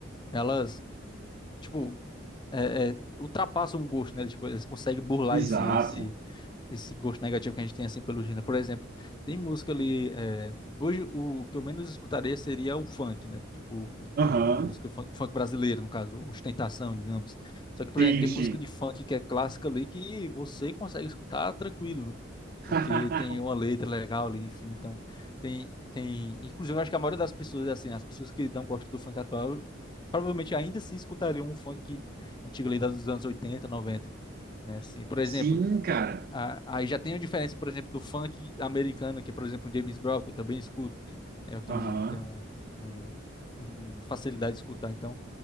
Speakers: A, on the left; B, on the right.
A: elas, tipo, eh, eh, ultrapassam o gosto, né? Tipo, eles conseguem burlar
B: Exato.
A: esse, esse, esse gosto negativo que a gente tem, assim, pelo gênero. Por exemplo, tem música ali. eh, hoje, o que eu menos escutaria seria o funk, né? Tipo,
B: Aham.
A: o, o música funk, o funk brasileiro, no caso, ostentação, digamos. Só que, por
B: Sim,
A: exemplo, tem
B: sim.
A: música de funk que é clássica ali que você consegue escutar tranquilo, né?
B: <laughs>
A: porque tem uma letra legal ali, enfim, então tem tem, inclusive eu acho que a maioria das pessoas assim, as pessoas que não gostam do funk atual, provavelmente ainda assim escutariam um funk antigo ali dos anos 80, 90, né? Assim, por exemplo,
B: Sim, cara.
A: a- aí já tem a diferença, por exemplo, do funk americano, que é, por exemplo, o James Brown, que eu também escuto. né, Eu tenho
B: Aham.
A: tenho um, um- um facilidade de escutar, então